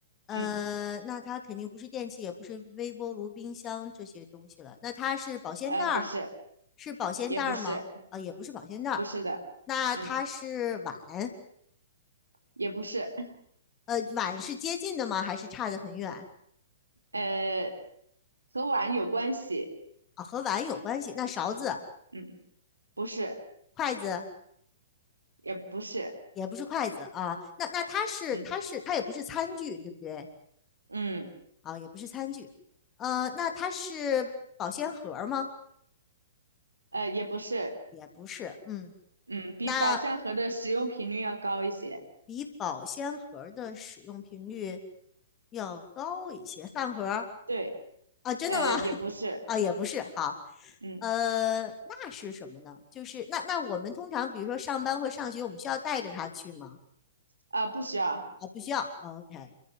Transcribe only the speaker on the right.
嗯
呃，不是，
也不是，
不是的，
嗯，也不是。
呃，和碗有关系，
嗯不是，
也不是，
嗯，
嗯，
呃，也不是，
嗯，比宝相盒的使用频率要高一些，
对，
呃，也不是，
嗯，
啊、不需要，